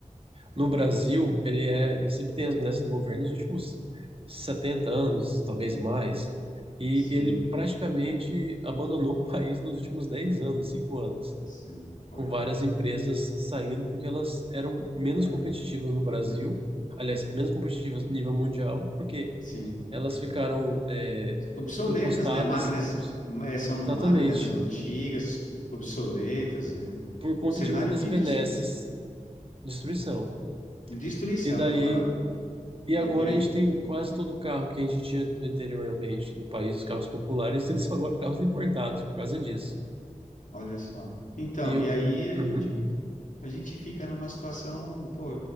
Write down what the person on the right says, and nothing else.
no Brasil, ele é, ele sempre tem as benesses do governo nos últimos 70 anos, talvez mais, e
ele praticamente abandonou o país nos últimos 10 anos, cinco anos
com várias empresas saindo porque elas eram menos
competitivas no Brasil, aliás, menos competitivas nível mundial, porque
elas ficaram é,
encostadas,
ups,
exatamente,
por conta
de muitas
benesses,
destruição.
E daí,
e
agora
a gente tem quase todo o carro que a gente tinha anteriormente no país, os carros populares, <laughs> eles são agora carros importados por causa disso.
E
o-
uhum,